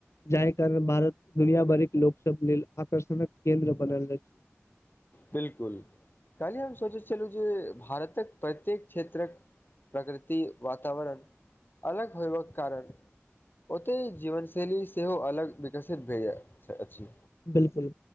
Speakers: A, on the left; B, on the left.
A: जाहि कारण भारत दुनिया भरि के लोक सब लेल आकर्षणक केन्द्र बनल अछि
B: बिल्कुल कालहि हम सोचैत छलहुँ जे भारतक प्रत्येक क्षेत्रक प्रकृति वातावरण अलग होयबाक कारण ओतहि जीवन शैली सेहो अलग विकसित भेल यै अछि
A: बिलकुल